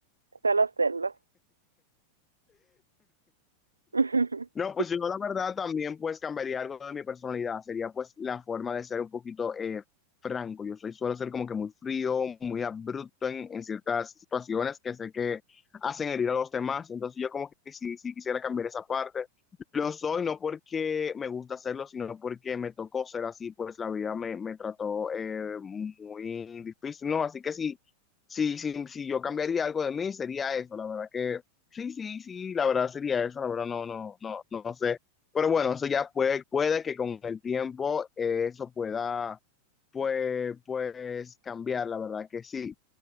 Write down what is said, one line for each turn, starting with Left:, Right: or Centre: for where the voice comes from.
Right: suelo serlo. <laughs>
Left: No, pues yo la verdad también pues cambiaría algo de mi personalidad, sería pues la forma de ser un poquito eh, franco, yo soy, suelo ser como que muy frío, muy abrupto en, en ciertas situaciones que sé que hacen herir a los demás, entonces yo como que sí sí quisiera cambiar esa parte, lo soy no porque me gusta hacerlo, sino porque me tocó ser así, pues la vida me, me trató eh, muy difícil, ¿no? Así que sí sí sí si yo cambiaría algo de mí, sería eso, la verdad que Sí, sí, sí, la verdad sería eso, la verdad no, no, no, no sé. Pero bueno, eso ya puede, puede que con el tiempo eh, eso pueda, pues, pues cambiar, la verdad que sí.